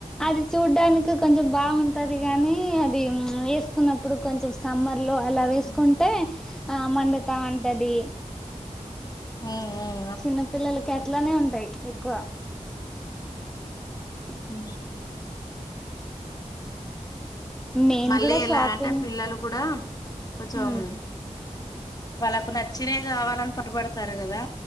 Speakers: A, in the centre; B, on the left.
A: అది చూడ్డానికి కొంచెం బాగుంటది గాని అది వేసుకున్నప్పుడు కొంచం సమ్మర్ అలా వేసుకుంటే
B: ఉమ్
A: ఆ మండతా ఉంటది
B: మ్ మ్
A: చిన్నపిల్లలకి అట్లనే ఉంటాయి ఎక్కువ
B: హ
A: నేను
B: మళ్ళీ
A: కూడా
B: ఎలా
A: షాపింగ్
B: అంటే పిల్లలు కూడ కొంచం
A: ఉమ్
B: వాళ్ళకు నచ్చినవె కావాలని పట్టుబడతారు కదా